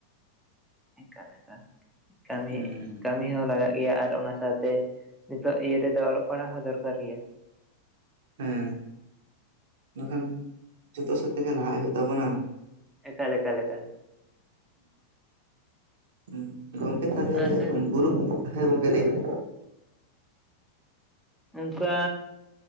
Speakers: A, in the centre; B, on the right (about 55°).
A: ᱮᱠᱟᱞ ᱮᱠᱟᱞ ᱠᱟᱹᱢᱤ
B: ᱦᱩᱸ
A: ᱠᱟᱹᱢᱤ ᱦᱚᱸ ᱞᱟᱜᱟᱜ ᱜᱮᱭᱟ ᱟᱨ ᱚᱱᱟ ᱥᱟᱶᱛᱮ ᱱᱤᱛᱚᱜ ᱤᱭᱟᱹ ᱨᱮᱫᱚ ᱚᱞᱚᱜ ᱯᱟᱲᱦᱟᱜ ᱦᱚᱸ ᱫᱚᱨᱠᱟᱨ ᱜᱮᱭᱟ
B: ᱦᱮᱸ ᱵᱟᱠᱷᱟᱱ ᱡᱚᱛᱚ ᱥᱮᱫ ᱛᱮᱜᱮ ᱞᱟᱦᱟᱜ ᱦᱩᱭᱩᱜ ᱛᱟᱵᱚᱱᱟ
A: ᱮᱠᱟᱞ ᱮᱠᱟᱞ ᱮᱠᱟᱞ
B: ᱦᱮᱸ ᱜᱚᱝᱠᱮ ᱛᱟᱦᱞᱮ
A: ᱟᱨ
B: ᱜᱩᱨᱩ ᱦᱮᱸ ᱜᱚᱢᱠᱮ ᱞᱟᱹᱭ ᱢᱮ
A: ᱚᱝᱠᱟ